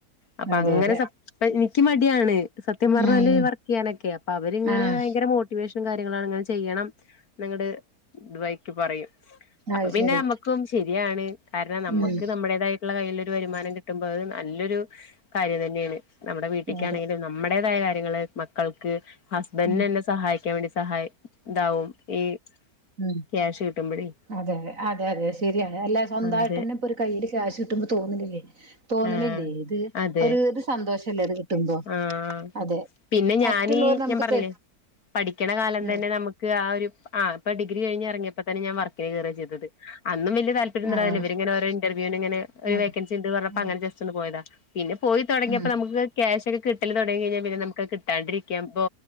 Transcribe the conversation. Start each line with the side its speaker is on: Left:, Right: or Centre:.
Left: അപ്പൊ
Right: അതെ
Left: അങ്ങനെ
Right: അതെ
Left: സപ്പ എനിക്ക് മടിയാണ് സത്യം പറഞ്ഞാല്
Right: ഉം
Left: വർക്ക് ചെയ്യാനൊക്കെ അപ്പൊ അവരിങ്ങനെ
Right: ആഹ്
Left: ഭയങ്കര മോട്ടിവേഷൻ കാര്യങ്ങള അങ്ങനെ ചെയ്യണം നിങ്ങളുടെ വൈക്ക് പറയും അപ്പൊ
Right: അത് ശരി
Left: പിന്നെ നമുക്കും ശരിയാണ് കാരണം നമ്മുക്ക്
Right: ഉം
Left: നമ്മുടേതായിട്ടുള്ള കയ്യിൽ വരുമാനം കിട്ടുമ്പോ അത് നല്ലൊരു കാര്യം തന്നെയാണ് നമ്മുടെ വീട്ടിക്കാനെങ്കിലും
Right: അതെ
Left: നമ്മ തായ കാര്യങ്ങൾ മക്കൾക്ക് ഹസ്ബൻഡ
Right: ഉം
Left: തന്നെ സഹായിക്കാൻ വേണ്ടി സഹായി ഇതാവും ഈ
Right: ഉ
Left: ക്യാഷ് കിട്ടുമ്പോഴേ
Right: അതെതെ അതെ അതെ ശരിയണ് അല്ല സ്വന്തമായിട്ട്ന്നെ
Left: അതെ
Right: ഇപ്പൊ ഒരു കയ്ൽ ക്യാശ് കിട്ടുമ്പോ തോന്നലില്ലേ തോന്നലില്ലേ
Left: ആഹ്
Right: ഇത്
Left: അതെ
Right: ഒരു ഇത് സന്തോഷമല്ലേ ഇത് കിട്ടുമ്പോ
Left: ആഹ്
Right: അതെ
Left: പിന്നെ
Right: മറ്റുള്ളർ
Left: ഞാന്
Right: നമുക്ക്
Left: ഞാൻ പറഞ്ഞില്ലേ
Right: ത
Left: പഠിക്കണ കാലം
Right: ഉം
Left: തന്നെ നമുക്ക് ആ ഒരു ആ ഇപ്പൊ ഡിഗ്രി കഴിഞ്ഞ ഇറങ്ങിയപ്പോ ഞാൻ വർ ക്കിന് കേറെ ചെയതത് അന്നും വല താല്പര്യം ഉണ്ടാവില്ല
Right: ആഹ്
Left: ഇവർങ്ങനെ ഒരേ ഇന്ർവിനു ങ്ങനെ
Right: ഉം
Left: വെക്കാൻസി ണ്ട് പറ അപ്പ
Right: ഉം
Left: അങ്ങനെജസ്റ്റ് ഒന്ന് പോതാ പിന്നെ പോയി തുടങ്ങിയപ്പോ
Right: ഉം
Left: നമുക്ക് ക്യാഷ് ഒക്കെ കിട്ടല് തുടങ്ങി കഴിഞ്ഞാ പിന്നെ നമുക്ക് കിട്ടാണ്ടിരിക്കാം ഇ്പൊ